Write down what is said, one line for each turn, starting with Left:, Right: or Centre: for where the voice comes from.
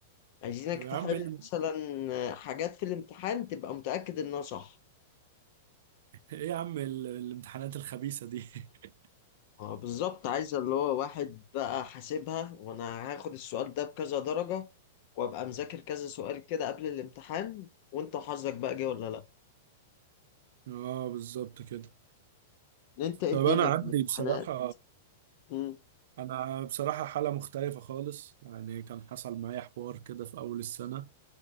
Left: عايزينك
Right: طب
Left: تحل
Right: يا عم ايه ال-
Left: مثلا حاجات في الامتحان تبقى متأكد إنها صح
Right: إيه يا عم ال- الامتحانات الخبيثة دي <laughs>
Left: اه بالظبط عايز اللي هو واحد بقى حاسبها وأنا هاخد السؤال ده بكذا درجة وأبقى مذاكر كذا سؤال كده قبل الامتحان وأنت حظك بقى جه ولا لأ
Right: اه بالظبط كده
Left: أنت إيه
Right: طب
Left: الدنيا
Right: انا عندي
Left: في الامتحانات
Right: بصراحة
Left: مم،
Right: أنا بصراحة حالة مختلفة خالص يعني كان حصل معايا حوار كده في أول السنة